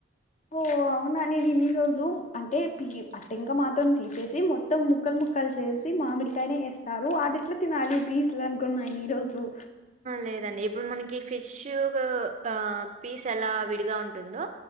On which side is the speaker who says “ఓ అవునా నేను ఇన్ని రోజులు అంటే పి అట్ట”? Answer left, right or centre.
Left